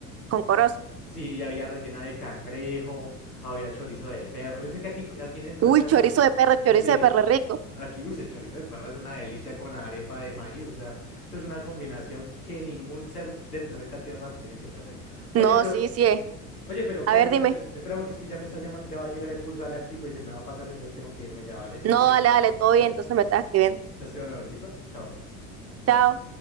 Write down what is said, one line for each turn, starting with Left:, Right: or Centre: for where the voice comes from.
Right: con corozo.
Left: Sí, y había rellena de cangrejo, había chorizo de perro. Yo sé que aquí, en- aquí en el planeta...
Right: Uy, chorizo
Left: co-
Right: de perro,
Left: ah,
Right: chorizo
Left: Sí,
Right: de perro rico.
Left: aquí, uy, el chorizo de perro es una delicia con la arepa de maíz. O sea, eso es una combinación que ningún ser del planeta Tierra se tiene que perder. Oye,
Right: No,
Left: pero,
Right: sí, sí es.
Left: oye, pero,
Right: A
Left: Cari,
Right: ver,
Left: espera,
Right: dime.
Left: es- espera, porque es que ya me está llamando, ya va a llegar el bus galáctico y se me va a pasar, entonces tengo que irme ya, ¿vale? Te,
Right: No,
Left: te,
Right: dale, dale, todo bien,
Left: te,
Right: entonces me estás escribiendo.
Left: te escribo de nuevo, ¿listo? Chao.
Right: Chao.